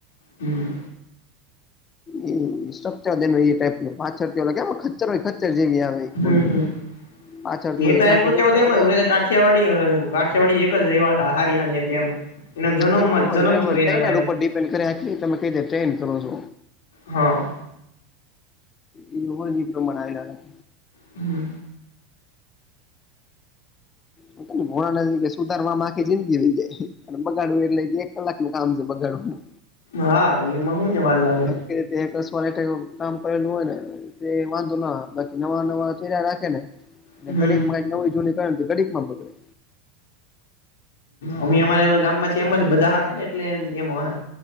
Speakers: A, on the left; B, on the left.
A: હમમ.
B: ઈ સાપચા ઈ ટાઈપ ની પાછળ ઓલા ખચ્ચર હોય ખચ્ચર જેવી આવે.
A: હમમ
B: ઘોડીઓ.
A: હમમ
B: પાછળથી
A: એ તો
B: ઠાઠું
A: એમ
B: નીચું
A: કા
B: આવે
A: વા <unintelligible> કાઠિયા કાઠિયાવાડી અ કાઠિયાવાડી એક જ રેવા હારી હાલી હકે એમ. એના જન્મમાં
B: એવું ન
A: જન્મ
B: હો
A: થયો
B: ટ્રેનર
A: એનામાં એમ
B: ઉપર ડિપેન્ડ કરે આ તમે કઈ રીતે ટ્રેન કરો છો.
A: હા.
B: એ દીપ રી તો મનાય જા રહા.
A: હમમ.
B: ખાલી ભણા નથી સુધારવા માં આખી જિંદગી વહી જાય. અને બગાડવું એટલે એક કલાક નું કામ છે બગાડવું.
A: હા એમાં શું ને વાર લાગે.
B: કે કામ કરેલું હોય ને વાંધો ના આવે બાકી નવા નવા ચહારા રાખેને અને
A: હમ
B: ઘડીક માં નવી જોની કારણ થી ઘડીક માં બગડે.
A: અમે અમારે ગામમાં છે એમ બધા હાકે ને એટલે એમ અહે.